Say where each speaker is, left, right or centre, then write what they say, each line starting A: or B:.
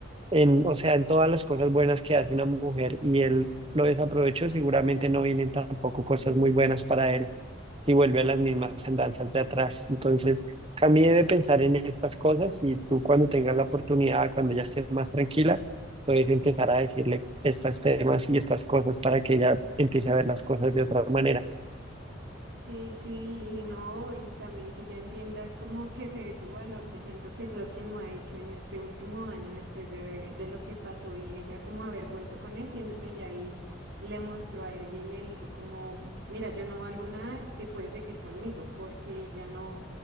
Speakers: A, on the right; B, on the right.
A: en, o sea, en todas las cosas buenas que hace una mujer y él lo desaprovechó, seguramente no vienen tampoco cosas muy buenas para él si vuelve a las mismas andanzas de atrás. Entonces, Cami debe pensar en estas cosas y tú cuando tengas la oportunidad, cuando ya estés más tranquila entonces empezar a decirle estos temas y estas cosas para que ella empiece a ver las cosas de otra manera.
B: Sí, sí, y no, y también que ya entienda como que se dé su valor, que siento que es lo que no ha hecho en este último año después de, de lo que pasó y ella como haber vuelto con él, siento que ya ahí le mostró a él y le dijo como, mira, yo no valgo nada, si puedes seguir conmigo, porque ella no,